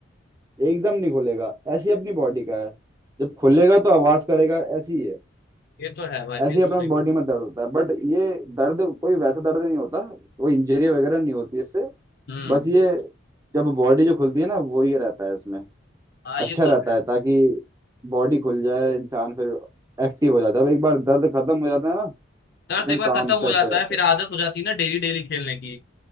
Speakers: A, on the right (about 15°); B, on the left (about 50°).
A: एकदम नहीं खुलेगा ऐसी अपनी बॉडी का है जब खुलेगा तो आवाज करेगा ऐसी है
B: ये तो है भाई
A: ऐसे
B: ये
A: ही
B: तो
A: अपना
B: सही बात
A: बॉडी में दर्द होता है बट ये दर्द कोई वैसा दर्द नहीं होता कोई इंजरी वगैरह नहीं होती इससे
B: हम्म
A: बस ये जब बॉडी जो खुलती है ना वो ये रहता है इसमें
B: हाँ
A: अच्छा
B: ये तो
A: रहता
B: है
A: है ताकि बॉडी खुल जाए इंसान फिर एक्टिव हो जाता है जब एक बार दर्द खत्म हो जाता है ना एकदम
B: दर्द एक बार
A: काम
B: खत्म
A: सेट
B: हो जाता
A: हो जाता
B: है फिर
A: है
B: आदत हो जाती है ना डेली डेली खेलने की